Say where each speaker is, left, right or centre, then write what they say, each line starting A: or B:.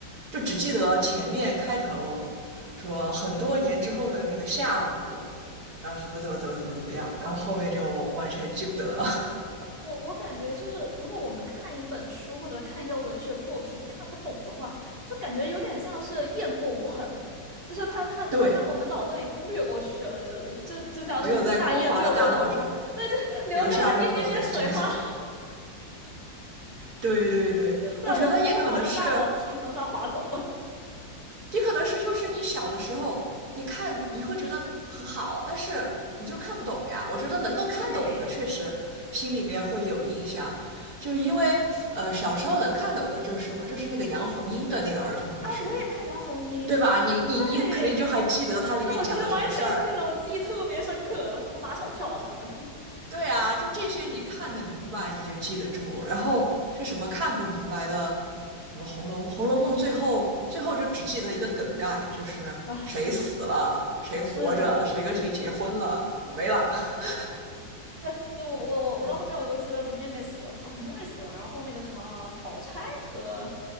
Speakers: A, on the right (about 55°); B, on the right (about 30°).
A: 就只记得前面开头，
B: 就有点，嗯。
A: 什么很多年之后的那个下午，然后什么怎么怎么怎么怎么样，然后后面就完全记不得了。<laughs>
B: 我我感觉就是，如果我们看一本书或者看一个文学作品看不懂的话，就感觉有点像是雁过无痕，就是它它它在我们脑子里掠过去了，
A: 对，
B: 就就就像是大雁掠过湖泊，
A: 没有在光滑的大脑上
B: 但就留下了一点点水花，
A: 留下任何痕迹。<laughs>
B: <laughs>
A: 对对对，
B: 在我光滑的大脑皮层上划走。
A: 我觉得也可能是，
B: <laughs>
A: 也可能是，就是你小的时候，你看你会觉得很好，但是你就看不懂呀。我觉得能够看懂的，
B: 对，
A: 确实心里面会有印象，就是因为呃，小时候能看懂的就是什么，就是那个杨红樱的那个儿童文学，
B: 啊，我也看杨红樱，
A: 对吧？你你你肯定就还记得它里面讲的什么事儿，
B: 对，那我记得完全记得，我记忆特别深刻，什么马小跳啥的。<laughs>
A: 对啊，就这些你看得明白，你就记得住。然后是什么看不明白的，什么《红楼梦》，《红楼梦》最后最后就只记得一个梗概，就是谁死了，
B: 哎，是的，
A: 谁活着，
B: 是的。
A: 谁跟谁结婚了，没了。<laughs>
B: 对，就我我我我到后面我就记得林妹妹死了啊，
A: 对
B: 林妹妹死了，然后那个什么宝钗和